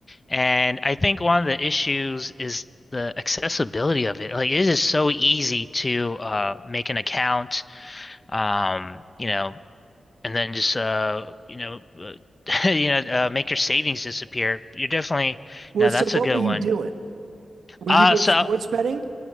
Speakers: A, on the left; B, on the right.
A: and I think one of the issues is the accessibility of it. Like it is so easy to uh, make an account, um, you know, and then just uh, you know, uh, <laughs> you know, uh, make your savings disappear. You're definitely
B: Well,
A: no,
B: so
A: that's
B: what
A: a good
B: were you
A: one.
B: doing? Were
A: Uh,
B: you doing
A: so
B: sports betting?